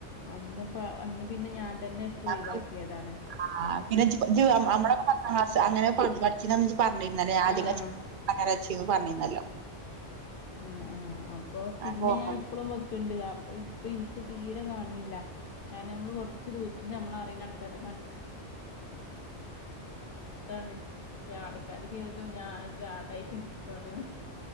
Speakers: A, on the left; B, on the right.
A: അന്ന്പ്പ അന്ന് പിന്നെ ഞാൻ തന്നെ എട്ത്ത് ഒഴിവാക്കിയതാണ്.
B: ആ ആഹ് പിന്നെ ഇജ്ജ്പ്പ ഇജ്ജ്
A: ഉം
B: അമ്മളോക്കെ പ ത്താം ക്ലാസ് അങ്ങനെ പഠി പഠിച്ചീനന്ന് പറഞ്ഞിര്ന്നല്ലോ ഞാൻ ആദ്യക്കെ
A: ആഹ് ആഹ്
B: <inaudible> കണ്ണട വെച്ചീന്നു പറ്ഞ്ഞീന്നല്ലോ.
A: ഉം ആഹ് അപ്പൊ പിന്നെ
B: അനക്ക് ഓർമ്മണ്ട്
A: ഞാൻ ഇപ്പളും വെക്ക്ണ്ട് അപ്പൊ ഇ പ്പ ഇൻക്ക് തീരെ കാണ്ന്നില്ല കാരണം നമ്മള് കൊറച്ച് ദൂരത്ത്ന്ന് നമ്മളെ അറീണെ ആൾക്കാരെ ക ട്ടാണ് പക്ഷെ ആള്ക്കാര് കേര്തും ഞാൻ ജാടായിട്ട്ട്ക്കാണ്ന്ന്